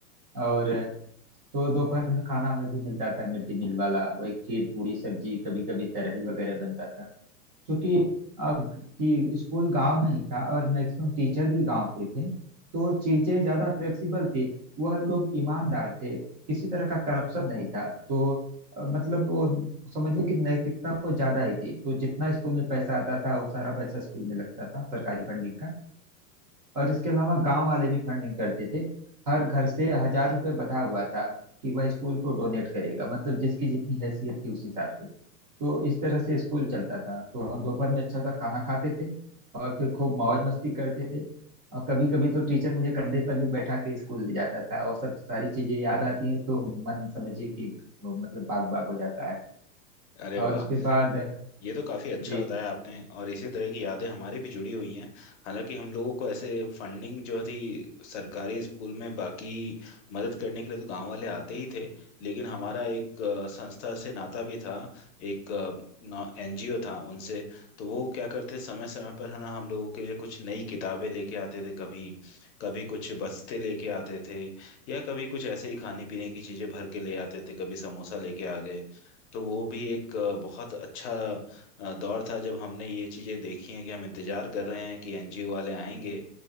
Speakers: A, on the right; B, on the left.
A: और तो दोपहर में खाना हमें भी मिलता था मिड डे मील वाला वही खीर पूरी सब्जी कभी कभी तरही वगैरह बनता था क्योंकि अब कि स्कूल गांव में ही था और मैक्सिमम टीचर भी गांव के थे तो चीजें ज्यादा फ्लेक्सिबल थी वह लोग ईमानदार थे किसी तरह का करप्शन नहीं था तो अ, मतलब वो समझिए कि नैतिकता को ज्यादा ही थी तो जितना स्कूल में पैसा आता था वो सारा पैसा स्कूल में लगता था सरकारी फंडिंग का और इसके अलावा गांव वाले भी फंडिंग करते थे हर घर से हजार रुपए बंधा हुआ था कि वह स्कूल को डोनेट करेगा मतलब जिसकी जितनी हैसियत थी उस हिसाब से तो इस तरह से स्कूल चलता था तो हम दोपहर में अच्छा सा खाना खाते थे और फिर खूब मौज मस्ती करते थे और कभी कभी तो टीचर मुझे कंधे पर भी बैठा के स्कूल ले जाता था और सब सारी चीजें याद आती हैं तो मन समझिए कि वो मतलब बाग बाग हो जाता है
B: अरे
A: और
B: वाह
A: उसके बाद
B: ये तो काफी अच्छा
A: जी
B: बताया आपने और इसी तरह की यादें हमारी भी जुड़ी हुई हैं हालांकि हम लोगों को ऐसे फंडिंग जो थी सरकारी स्कूल में बाकी मदद करने के लिए तो गांव वाले आते ही थे लेकिन हमारा एक अ, संस्था से नाता भी था एक एनजीओ था उनसे तो वो क्या करते समय समय पर है ना हम लोगों के लिए कुछ नई किताबें लेके आते थे कभी कभी कुछ बस्ते लेके आते थे या कभी कुछ ऐसे ही खाने पीने की चीजें भर के ले आते थे कभी समोसा लेके आ गए तो वो भी एक अ, बहुत अच्छा अ, दौर था जब हमने ये चीज़ें देखी हैं कि हम इंतजार कर रहे हैं कि एनजीओ वाले आएंगे